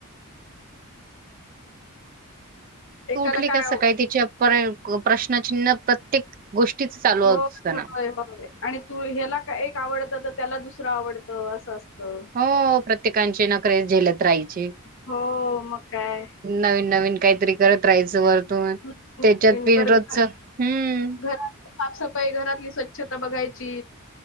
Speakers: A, on the right (about 40°); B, on the left (about 60°).
A: ह
B: एकाला
A: ती उठली
B: काय
A: का
B: आव
A: सकाळी तिचे प्रश्नचिन्ह प्रत्येक गोष्टीच
B: होय
A: असताना
B: होय होय आणि तू ह्याला एक आवडत तर त्याला दुसरं आवडतं असं असतं
A: हो प्रत्येकांचे नक झेलत राहायचे
B: हो मग काय
A: नवीन नवीन काहीतरी करत राहायचं वर्तन
B: नवीन
A: त्याच्यात पिन
B: बरं
A: रोजच
B: घरा
A: हम्म
B: घरात साफसफाई घरातली स्वच्छता बघायची